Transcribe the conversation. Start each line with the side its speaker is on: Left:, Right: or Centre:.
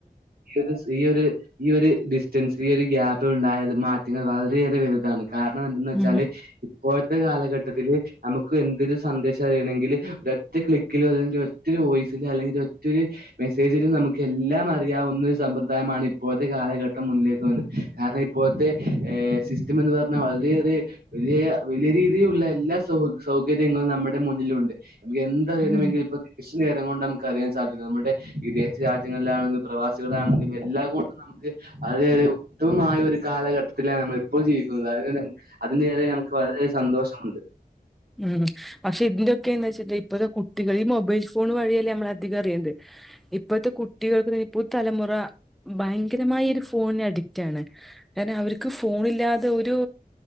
Right: ഈ ഒരു ഈ ഒരു ഈ ഒരു ഡിസ്റ്റൻസ് ഈ ഒരു ഗ്യാപ് ഉണ്ടായത് മാറ്റങ്ങൾ വളരെയേറെ വലുതാണ് കാരണം എന്തെന്ന് വെച്ചാല്
Centre: ഉം
Right: ഇപ്പോഴത്തെ കാലഘട്ടത്തില് നമുക്ക് എന്തൊരു സന്ദേശം അറിയണെങ്കിൽ ഒ ഒറ്റ ക്ലിക്കിലോ അല്ലെങ്കിൽ ഒറ്റരു വോയിസിലോ അല്ലെങ്കിൽ ഒറ്റരു മെസ്സേജിൽ നമുക്ക് എല്ലാം അറിയാവുന്ന സമ്പ്രദായമാണ് ഇപ്പോഴത്തെ കാലഘട്ടം മുന്നിലേക്ക് വന്നു കാരണം ഇപ്പോഴത്തെഹ്സി സ്റ്റംന്ന് പറഞ്ഞാൽ വളരെയേ വലിയ വലിയ രീതിയിലുള്ള എല്ലാ സൗ സൗകര്യങ്ങളും നമ്മുടെ മുന്നിലുണ്ട് നമ്മ എന്ത അറിയണമെങ്കിൽ
Centre: ഉം
Right: ഇ നേരം കൊണ്ട് നമുക്ക് അറിയാൻാധിക്കും നമ്മുടെ വിദേശ രാജ്യങ്ങളിലാണെങ്കില പ്രവാസികളാണെങ്കില എല്ല നമുക്ക് വളരെയേറെ ഉത്തമമായ ഒരു കാലഘട്ടം ത്തില നമ്മളിപ്പോൾ ജീവിക്കുന്നത് അഹ് അതിന്‌ നേരെ നമുക്ക് വളരെ സന്തോഷമുണ്ട്.
Centre: ഉം പക്ഷെ ഇതിന്റെക്കെ എന്താച്ചിട്ട ഇപ്പത്തെ കുട്ടികൾ ഈ മൊബൈൽ ഫോൺ വഴിയല്ലേ നമ്മള അധികം അറിയേണ്ട് ഇപ്പോഴത്തെ കുട്ടികൾക്ക് തന്നെ ഇപ്പോ തലമുറ ഭയങ്കരമായി ഒരു ഫോണിന് അഡിക്റ്റണ്. കാരണം അവർക്ക് ഫോണില്ലാതെ ഒരു